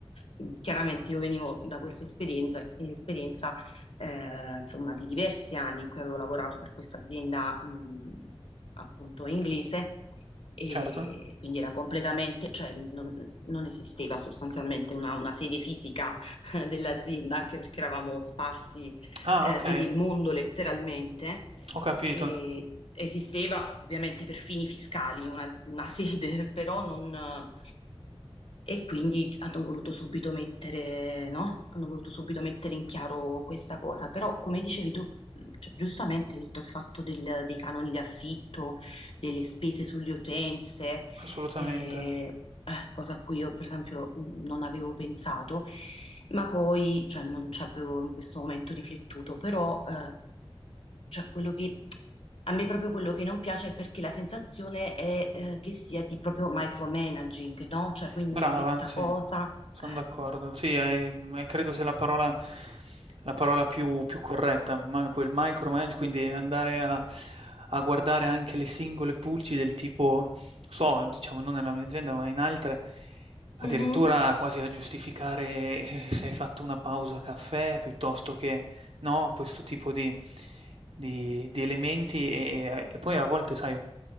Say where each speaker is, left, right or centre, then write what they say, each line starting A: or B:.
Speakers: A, on the left; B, on the right.
A: mh, chiaramente io venivo da questa esperienza, esperienza eh, insomma, di diversi anni in cui avevo lavorato per questa azienda, mh, appunto inglese e
B: certo.
A: quindi era completamente, cioè non, non esisteva sostanzialmente una, una sede fisica <laughs> eh, dell'azienda, anche perché eravamo sparsi
B: Ah,
A: eh,
B: okay,
A: per il mondo letteralmente.
B: ho capito,
A: E esisteva ovviamente per fini fiscali una, una sede, <laughs> però non... E quindi hanno voluto subito mettere, no? Hanno voluto subito mettere in chiaro questa cosa. Però, come dicevi tu, cioè, giustamente hai detto il fatto del- dei canoni di affitto, delle spese sulle utenze,
B: assolutamente.
A: eh, eh, cosa a cui io per esempio mh, non avevo pensato, ma poi, cioè non ci avevo in questo momento riflettuto, però eh, cioè quello che a me proprio quello che non piace è perché la sensazione è eh, che sia di proprio micromanaging, no? Cioè quindi
B: Brava,
A: questa
B: sì,
A: cosa...
B: son
A: eh.
B: d'accordo. Sì, è mhmm, è credo sia la parola la parola più più corretta, ma quel micromanage, quindi andare a a guardare anche le singole pulci del tipo so, diciamo non nella mia azienda, ma in altre, addirittura
A: Mhm,
B: quasi a giustificare, eh, se hai fatto una pausa caffè piuttosto che no, questo tipo di, di- di elementi e, e poi a volte, sai,